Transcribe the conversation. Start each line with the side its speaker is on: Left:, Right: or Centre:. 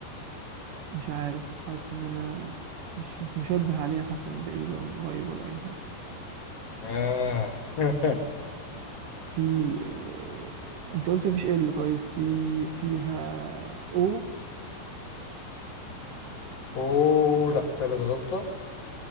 Right: مش عارف حاسس ان انا مش مش مشبه عليها حتى من بعيد ولا من قريب ولا اي حاجة
Left: آه <laughs>
Right: في آه انت قلت مفيش ال طيب في فيها او
Left: أوه لا تالت غلطة